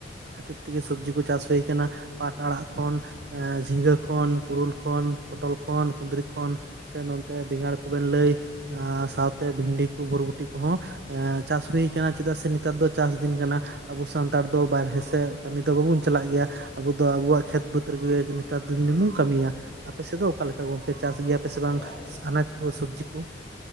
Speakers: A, on the right; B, on the left.
A: ᱠᱷᱟᱹᱛᱤᱨ ᱛᱮᱜᱮ ᱥᱚᱵᱽᱡᱤ ᱠᱚ ᱪᱟᱥ ᱦᱩᱭ ᱠᱟᱱᱟ ᱯᱟᱴ ᱟᱲᱟᱜ ᱠᱷᱚᱱ ᱡᱷᱤᱸᱜᱟᱹ ᱠᱷᱚᱱ ᱯᱩᱨᱩᱞ ᱠᱷᱚᱱ ᱯᱚᱴᱚᱞ ᱠᱷᱚᱱ ᱠᱩᱸᱫᱽᱨᱤ ᱠᱷᱚᱱ ᱥᱮ ᱱᱚᱛᱮ ᱵᱮᱸᱜᱟᱲ ᱠᱚᱵᱮᱱ ᱞᱟᱹᱭ ᱥᱟᱶᱛᱮ ᱵᱷᱤᱱᱱᱰᱤ ᱠᱚ ᱵᱷᱚᱨ ᱵᱩᱴᱤ ᱠᱚᱦᱚᱸ ᱮ ᱪᱟᱥ ᱦᱩᱭᱩ ᱠᱟᱱᱟ ᱪᱮᱫᱟᱜ ᱥᱮ ᱱᱮᱛᱟᱨ ᱫᱚ ᱪᱟᱥ ᱫᱤᱱ ᱠᱟᱱᱟ ᱟᱵᱚ ᱥᱟᱱ ᱥᱟᱱᱛᱟᱲ ᱫᱚ ᱵᱟᱨᱦᱮ ᱥᱮᱫ ᱠᱟᱹᱢᱤ ᱫᱚ ᱵᱟᱵᱚᱱ ᱪᱟᱞᱟᱜ ᱜᱮᱭᱟ ᱟᱵᱚ ᱫᱚ ᱟᱵᱚᱣᱟᱜ ᱠᱷᱮᱛ ᱵᱟᱹᱛ ᱨᱮᱜᱮ ᱱᱮᱛᱟᱨ ᱫᱤᱱ
B: ᱦᱳᱭ
A: ᱫᱚ ᱵᱚᱱ
B: ᱦᱳᱭ
A: ᱠᱟᱹᱢᱤᱭᱟ ᱟᱯᱮᱥᱮᱫ ᱫᱚ ᱚᱠᱟ ᱞᱮᱠᱟ ᱜᱚᱝᱠᱮ ᱪᱟᱥ ᱜᱮᱭᱟ ᱯᱮ ᱥᱮ
B: ᱦᱳᱭ
A: ᱵᱟᱝ
B: ᱟᱞᱮ ᱥᱮᱱ
A: ᱟᱱᱟᱡ ᱠᱚ ᱥᱚᱵᱽᱡᱤ ᱠᱚ